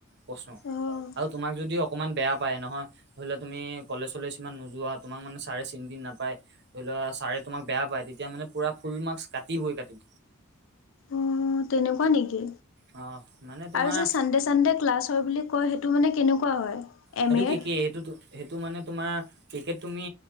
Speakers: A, on the right (about 50°); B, on the left (about 65°).
A: প্ৰশ্ন।
B: অ',
A: আৰু তোমাক যদি অকমান বেয়া পায় নহয় ধৰি লোৱা তুমি কলেজ চলেজ ইমান নোযোৱা তোমাক মানে ছাৰে চিন্তি নাপায় ধৰি লোৱা ছাৰে তোমাক বেয়া পায় তেতিয়া মানে পুৰা ফুল মাৰ্কা কাতি বই কাতিব
B: উম ও তেনেকুৱা নেকি?
A: অ মানে তোমাৰ
B: আৰু যে চান্দে চান্দে ক্লাছ হয় বুলি কৈ হেইটো তোৰ মানে কেনেকুৱা হয় এম
A: সেইটো
B: এৰ?
A: কেকে কি সেইটো সেইটো মানে তোমাৰ ক্ৰিকেট তুমি